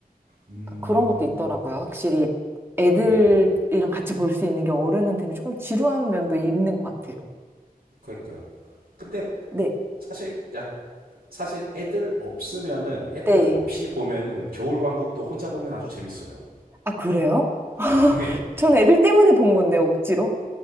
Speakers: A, on the right (about 80°); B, on the right (about 15°).
A: 음,
B: 그러니까 그런 것도 있더라고요. 확실히 애들이랑
A: 네,
B: 같이 볼 수 있는 게 어른한테는 조금 지루한 면도 있는 것 같아요.
A: 그러니까요. 근데
B: 네,
A: 사실 약 사실 애들 없으면은 애들
B: 네.
A: 없이 보면은 겨울왕국도 혼자 보면 아주 재밌어요.
B: 아, 그래요?
A: <laughs> 네,
B: 저는 애들 때문에 본 건데, 억지로.